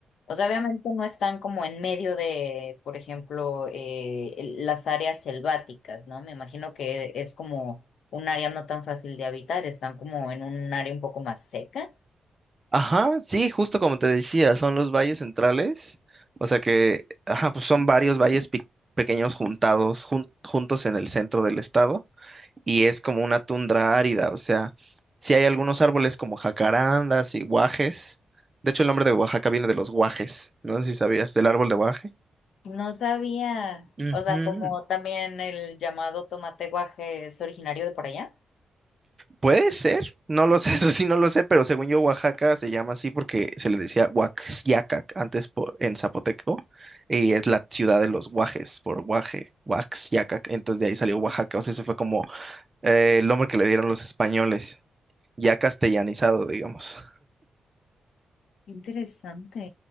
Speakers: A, on the left; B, on the right.
A: O sea, obviamente no están como en medio de, por ejemplo, eh, el- las áreas selváticas, ¿no? Me imagino que es como un área no tan fácil de habitar, están como en un área un poco más seca.
B: Ajá, sí, justo como te decía, son los valles centrales. O sea que, ajá, pues son varios valles pi- pequeños juntados, jun- juntos en el centro del estado. Y es como una tundra árida. O sea, sí hay algunos árboles como jacarandas y guajes. De hecho, el nombre de Oaxaca viene de los guajes. No sé si sabías, del árbol de guaje.
A: No sabía,
B: Ujú.
A: o sea, como también el llamado tomate guaje es originario de por allá.
B: Puede ser, no lo sé, <laughs> eso sí no lo sé, pero según yo Oaxaca se llama así porque se le decía Huaxiacac antes por, en zapoteco y es la ciudad de los guajes por guaje, Huaxiacac, entonces de ahí salió Oaxaca, o sea, eso fue como eh, el nombre que le dieron los españoles, ya castellanizado, digamos.
A: Interesante.